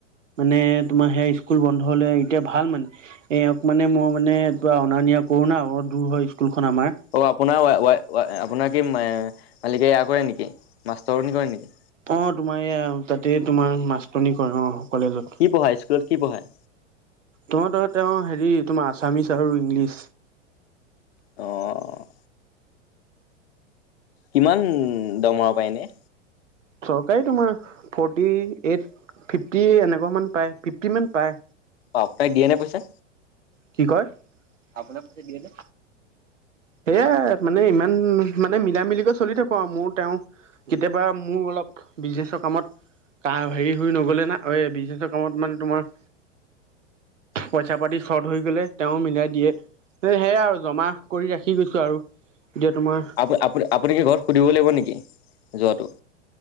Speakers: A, on the right; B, on the left.
A: মানে তোমাৰ সেই স্কুল বন্ধ হ'লে, এতিয়া ভাল মানে। এওঁক মানে মোৰ মানে পুৰা অনা নিয়া কৰোঁ না, অলপ দূৰ হয় স্কুলখন আমাৰ।
B: অ', আপোনাৰ ৱাই-ৱাই-ৱাই, আপোনাৰ কি মালিকে ইয়া কৰে নেকি, মাষ্টৰণী কৰে নেকি?
A: অ', তোমাৰ এইয়া, তাতে তোমাৰ মাষ্টৰণী কৰে, অ', কলেজত।
B: কি পঢ়ায়, স্কুলত কি পঢ়ায়?
A: নহয় নহয়, তেওঁ হেৰি তোমাৰ আছামিছ আৰু ইংলিছ।
B: অ' কিমান দৰমহা পায় এনে?
A: চৰকাৰী তোমাৰ, ফৰ্টি এইট-ফিফটি এনেকুৱা মান পায়, ফিফটি মান পায়।
B: অ', আপোনাক দিয়ে নে পইচা?
A: কি কয়, আপোনাক পইছা দিয়ে নে? সেয়াই মানে ইমান, মানে মিলাই-মিলিকৈ চলি থাকোঁ আৰু মোৰ তেওঁ কেতিয়াবা মোৰ অলপ বিজনেছৰ কামত কাৰ হেৰি হৈ নগ'লে না, এই বিজনেছৰ কামত মানে তোমাৰ পইচা পাতি চৰ্ট হৈ গলে তেওঁ মিলাই দিয়ে, সেয়াই আৰু জমা কৰি ৰাখি গৈছোঁ আৰু। এতিয়া তোমাৰ
B: আপুনি-আপুনি-আপুনি কি ঘৰত সুধিব লাগিব নেকি যোৱাটো?